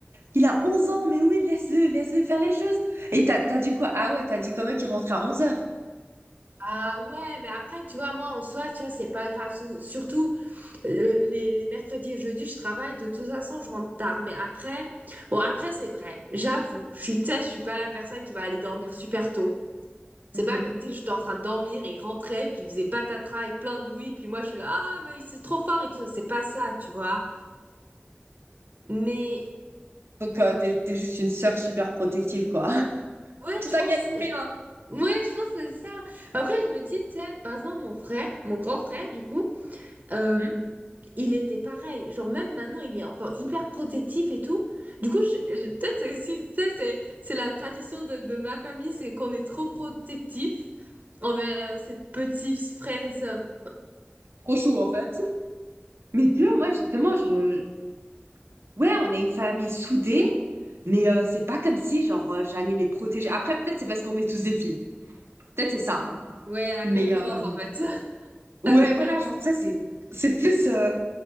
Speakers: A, on the right (about 90°); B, on the right (about 45°).
A: il a 11 ans, mais oui, laisse-le, laisse-le faire les choses, et t'as, t'as dit quoi? Ah ouais, t'as dit quand même qu'il rentrait à onze heures.
B: Ah ouais, mais après, tu vois, moi, en soi, tu vois, c'est pas grave. Sou- Surtout, le- les, les mercredis et jeudis, je travaille. De toute façon, je rentre tard. Mais après, bon, après, c'est vrai. J'avoue, je suis, tu sais, je suis pas la personne qui va aller dormir super tôt. C'est
A: Mhm.
B: pas comme si j'étais en train de dormir et il rentrait, puis il faisait patatras et plein de bruit, puis moi, je suis là, ah, mais c'est trop fort et tout. C'est pas ça, tu vois. Mais,
A: Donc, euh, t'es, t'es juste une sœur super protective, quoi. <laughs>
B: ouais,
A: Tu
B: je
A: t'inquiètes
B: pense,
A: pour
B: je-
A: rien.
B: ouais, je pense que c'est ça. Après, je me dis, tu sais, par exemple, mon frère, mon grand frère, du coup, Euh,
A: Mhm.
B: il était pareil. Genre, même maintenant, il est encore hyper protectif et tout. Du coup, je, je- peut-être c'est aussi, ça, c'est, c'est la tradition de, de ma famille, c'est qu'on est trop protectif envers euh, ses petits frères et sœurs.
A: Trop chou, en fait. Mais tu vois, moi, justement, je... Ouais, on est une famille soudée, mais euh, c'est pas comme si, genre, euh, j'allais les protéger. Après, peut-être c'est parce qu'on est tous des filles. Peut-être c'est ça.
B: Ouais, il y a la
A: Mais
B: concurrence,
A: euh,
B: en fait. <laughs>
A: ouais,
B: La concurrence.
A: voilà, genre, ça, c'est c'est plus... euh,